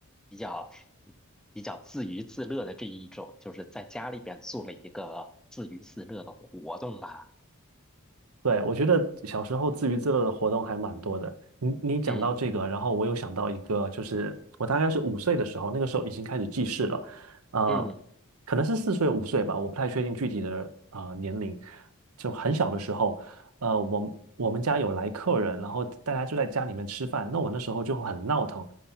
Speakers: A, in the centre; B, on the right.
A: 比较嗯比较自娱自乐的这一种，就是在家里边做了一个自娱自乐的活动吧。
B: 对，我觉得小时候自娱自乐的活动还蛮多的。你你讲到这个，
A: 嗯
B: 然后我有想到一个，就是我大概是五岁的时候，那个时候已经开始记事了，呃，
A: 嗯，
B: 可能是四岁五岁吧，我不太确定具体的呃年龄。就很小的时候，呃，我们我们家有来客人，然后大家就在家里面吃饭，那我那时候就很闹腾，